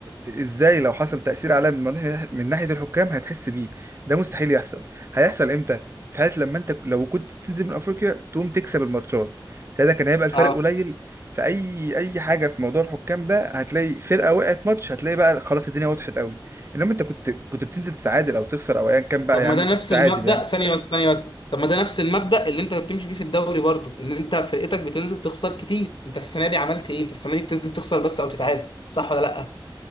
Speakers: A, on the right; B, on the left.
A: ازاي لو حصل تاثير عليها من ناحيه من ناحية الحكام هتحس بيه ده مستحيل يحصل هيحصل امتى؟ في حالة لما انت لو كنت بتنزل من افريقيا تقوم تكسب الماتشات ساعتها كان هيبقى الفرق
B: اه
A: قليل في اي اي حاجه في موضوع الحكام ده هتلاقي فرقه وقعت ماتش هتلاقي بقى خلاص الدنيا وضحت قوي انما انت كنت كنت بتنزل تتعادل او تخسر او ايا كان بقى
B: طب
A: يا
B: ما
A: عم
B: ده
A: كنت
B: نفس
A: تعادل
B: المبدأ
A: يا عم
B: ثانية بس ثانية بس طب ما ده نفس المبدأ اللي انت بتمشي بيه في الدوري برضو ان انت فرقتك بتنزل تخسر كتير انت السنة دي عملت ايه انت السنة دي بتنزل تخسر بس او تتعادل صح ولا لا